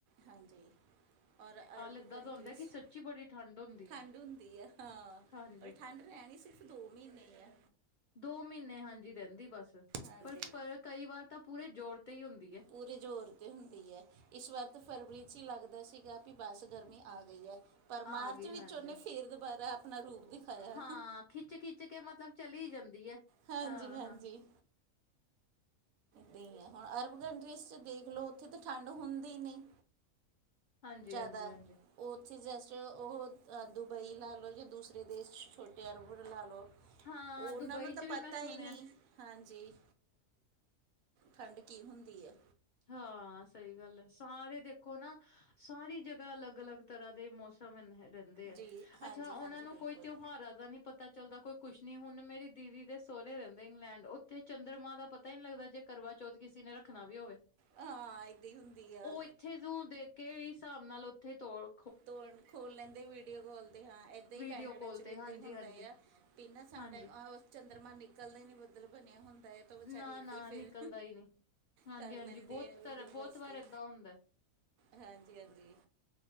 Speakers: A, on the right; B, on the left.
A: ਹਾਂਜੀ ਔਰ ਅਰਬ
B: ਏਦਾਂ
A: ਕੰਟਰੀ
B: ਦਾ ਹੁੰਦਾ ਕਿ
A: ਚ
B: ਸੱਚੀ ਬੜੀ ਠੰਢ ਹੁੰਦੀ
A: ਠੰਡ
B: ਹੈ
A: ਹੁੰਦੀ ਹੈ ਹਾਂ
B: ਹਾਂਜੀ
A: ਠੰਡ ਹੈ ਰਹਿਣੀ ਸਿਰਫ ਦੋ ਮਹੀਨੇ ਐ
B: ਦੋ ਮਹੀਨੇ ਹਾਂਜੀ ਰਹਿੰਦੀ ਬਸ
A: ਹਾਂਜੀ
B: ਪਰ-ਪਰ ਕਈ ਵਾਰ ਤਾਂ ਪੂਰੇ ਜੋਰ ਤੇ ਹੀ ਹੁੰਦੀ ਹੈ
A: ਪੂਰੇ ਜ਼ੋਰ ਤੇ ਹੁੰਦੀ ਹੈ ਇਸ ਵਾਰ ਤੇ ਫਰਵਰੀ ਹੀ ਲੱਗਦਾ ਸੀਗਾ ਕਿ ਬਸ ਗਰਮੀ ਆ ਗਈ ਐ- ਪਰ
B: ਆ
A: ਮਾਰਚ
B: ਗਈ
A: ਵਿੱਚ
B: ਹਾਂਜੀ
A: ਉਹਨੇ ਫੇਰ ਦੁਬਾਰਾ ਆਪਣਾ ਰੂਪ ਦਿਖਾਇਆ
B: ਹਾਂ ਖਿੱਚ ਖਿੱਚ ਕੇ ਮਤਲਬ ਚਲੀ ਜਾਂਦੀ ਹੈ
A: ਹਾਂਜੀ-ਹਾਂਜੀ
B: ਹਾਂ ਹਾਂ
A: ਦ ਹੀ ਹੈ ਹੁਣ ਅਰਬ ਕੰਟਰੀਜ਼ ਦੇਖ ਲਓ ਉੱਥੇ ਤਾਂ ਠੰਡ ਹੁੰਦੀ ਨਹੀਂ
B: ਹਾਂਜੀ
A: ਜ਼ਿਆਦਾ
B: ਹਾਂਜੀ ਹਾਂਜੀ
A: ਉੱਥੇ ਜਸਟ ਉਹ ਦੁਬਈ ਲਾ ਲਉ ਜਾਂ ਦੂਸਰੇ ਦੇਸ਼ ਚ ਛੋਟੇ ਅਰਬਨ ਲਾ ਲਓ
B: ਹਾਂ
A: ਉਹਨਾਂ
B: ਦੁਬਈ
A: ਨੂੰ ਤਾਂ
B: ਚ ਵੀ
A: ਪਤਾ
B: ਮੈਂ ਸੁਣਿਆ
A: ਹੀ ਨਹੀਂ ਹਾਂਜੀ ਠੰਡ ਕੀ ਹੁੰਦੀ ਹੈ
B: ਹਾਂ ਸਹੀ ਗੱਲ ਐ ਸਾਰੇ ਦੇਖੋ ਨਾ ਸਾਰੀ ਜਗ੍ਹਾ ਅਲੱਗ-ਅਲੱਗ ਤਰ੍ਹਾਂ ਦੇ ਮੌਸਮ ਹੁੰਦੇ ਐ
A: ਜੀ ਹਾਂਜੀ
B: ਅੱਛਾ ਉਹਨਾ
A: ਹਾਂਜੀ
B: ਨੂੰ
A: ਬਿਲਕੁਲ
B: ਕੋਈ ਤਿਉਹਾਰਾਂ ਦਾ ਨੀ ਪਤਾ ਪਤਾ ਚੱਲਦਾ ਕੋਈ ਕੁਛ ਨੀ ਹੁਣ ਮੇਰੀ ਦੀਦੀ ਦੇ ਸਹੁਰੇ ਰਹਿੰਦੇ ਇੰਗਲੈਂਡ ਉ ਤੇ ਚੰਦਰਮਾਂ ਦਾ ਪਤਾ ਹੀ ਨੀ ਲੱਗਦਾ ਜੇ ਕਰਵਾ ਚੌਥ ਕਿਸੇ ਨੇ ਰੱਖਣਾ ਵੀ ਹੋਵੇ
A: ਹਾਂ ਹੀ ਹੁੰਦੀ ਆ
B: ਉਹ ਇੱਥੇ ਜੋ ਦੇ ਕੇ ਹਿਸਾਬ ਨਾਲ ਉੱਥੇ ਤੋੜੋ
A: ਤੋ ਖੋਲ ਲੈਂਦੇ ਵੀਡੀਓ ਕਾਲ ਤੇ ਹਾਂ ਏਦਾਂ
B: ਵੀਡੀਓ
A: ਹੀ ਕੈਨੇਡਾ
B: ਕਾਲ
A: ਚ
B: ਤੇ
A: ਵੀ ਇਦਾਂ
B: ਹਾਂਜੀ-ਹਾਂਜੀ,
A: ਹੀ ਹੁੰਦਾ ਆ ਪੀਨਾ ਸਮ
B: ਹਾਂਜੀ
A: ਟਾਈਮ ਚੰਦਰਮਾ ਨਿਕਲਦਾ ਹੀ ਨੀ ਬੱਦਲ ਬਣਿਆ ਹੁੰਦਾ ਤਾਂ ਬੇਚਾਰੇ
B: ਨਾ-ਨਾ
A: ਏਦਾਂ ਹੀ ਫਿਰ
B: ਨਿਕਲਦਾ ਹੀ ਨਹੀਂ। ਹਾਂਜੀ-ਹਾਂਜੀ
A: ਕਰ ਲੈਂਦੇ
B: ਬਹੁਤ
A: ਆ ਵੀਡੀਓ
B: ਤਰ ਬਹੁਤ
A: ਕਾਲਸ
B: ਵਾਰ
A: ਤੇ
B: ਏਦਾਂ ਹੁੰਦੈ
A: ਹਾਂਜੀ ਹਾਂਜੀ